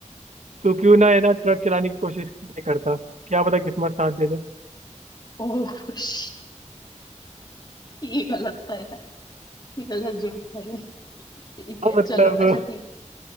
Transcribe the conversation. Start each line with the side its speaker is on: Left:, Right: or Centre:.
Right: तू क्यों ना है ना ट्रक चलाने की कोशिश नहीं करता क्या पता किस्मत साथ दे दे
Left: ओह <laughs> श- ये गलत था यार ये गलत जोक था ये ठीक
Right: हाँ
Left: है
Right: मतलब
Left: चलो अच्छा ठीक